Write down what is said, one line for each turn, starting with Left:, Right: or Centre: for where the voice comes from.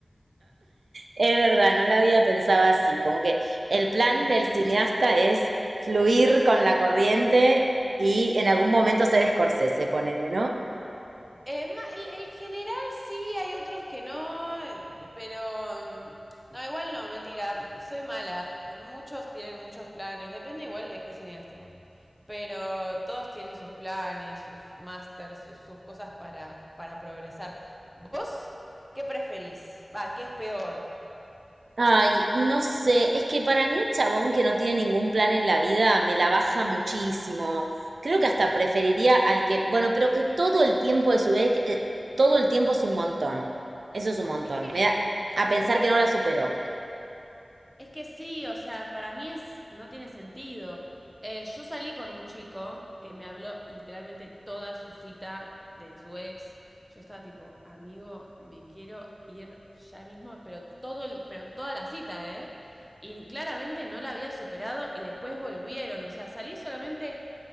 Right: Es verdad, no la había pensado así, como que el
Centre: Sí.
Right: plan del cineasta es fluir con la corriente y en algún momento ser Scorsese, ponele, ¿no?
Centre: Eh, el, el general sí, hay otros que no, eh, pero mm, no, igual no, mentira, soy mala. Eh, Muchos tienen muchos planes, depende igual de qué cineasta igual. Pero todos tienen sus planes, sus másters, sus, sus cosas para, para progresar. ¿Vos qué preferís? Va, ¿qué es peor?
Right: Ay, no sé, es que para mí el chabón que no tiene ningún plan en la vida me la baja muchísimo. Creo que hasta preferiría al que, bueno, pero que todo el tiempo de su vez, eh, todo el tiempo es un montón. Eso es un montón.
Centre: Es que,
Right: Me da a
Centre: sí,
Right: pensar que no la superó.
Centre: Es que sí, o sea, para mí es, no tiene sentido. Eh, yo salí con un chico que me habló literalmente toda su cita de su ex. Yo estaba tipo, amigo, me quiero ir ya mismo, pero todo el, pero toda la cita, ¿eh? Y claramente no la había superado y después volvieron. O sea, salí solamente